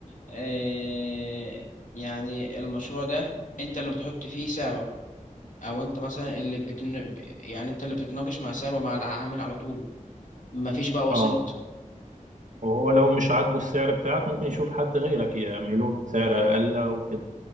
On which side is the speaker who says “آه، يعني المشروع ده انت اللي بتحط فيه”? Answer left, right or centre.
Left